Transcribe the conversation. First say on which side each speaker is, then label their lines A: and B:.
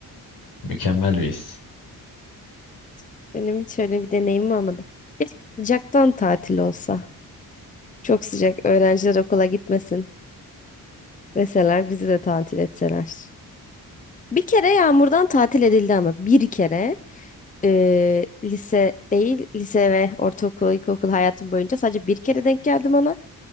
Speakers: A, on the left (about 75°); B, on the left (about 20°).
A: Mükemmel bir his.
B: <laughs> Benim hiç öyle bir deneyimim olmadı. Keşke sıcaktan tatil olsa. Çok sıcak. Öğrenciler okula gitmesin. Deseler bizi de tatil etseler. Bir kere yağmurdan tatil edildi ama bir kere eee, lise değil lise ve ortaokul, ilkokul hayatım boyunca sadece bir kere denk geldim ona.